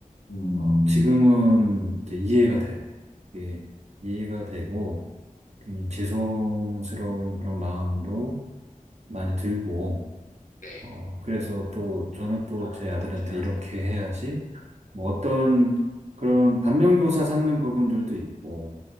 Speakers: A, on the left; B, on the right.
A: 음,
B: 어, 지금은 이제 이해가 돼요. 이게 이해가 되고, 굉장히 죄송스러운 그런 마음도 많이 들고,
A: 네,
B: 어, 그래서 또 저는 또
A: 나또야
B: 제 아들한테 이렇게 해야지, 뭐 어떤 그런 반면교사 삼는 부분들도 있고,